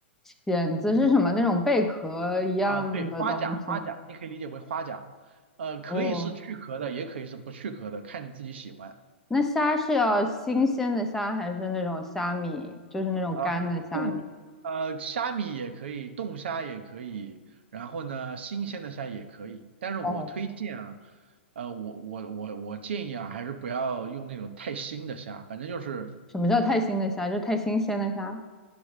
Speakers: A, in the centre; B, on the right (about 65°).
A: 蚬子是什么？那种贝壳一样的东西吗
B: 啊，对，花甲，花甲，你可以理解为花甲，呃，可以是去壳的，
A: 哦，
B: 也可以是不去壳的，看你自己喜欢。
A: 那虾是要新鲜的虾还是那种虾米？就是那种干的虾米？
B: 啊，冻呃虾米也可以，冻虾也可以，然后呢，新鲜的虾也可以。但是我推荐啊，
A: 哦，
B: 呃，我我我我建议啊，还是不要用那种太腥的虾，反正就是
A: 什么叫太新的虾？就是太新鲜的虾。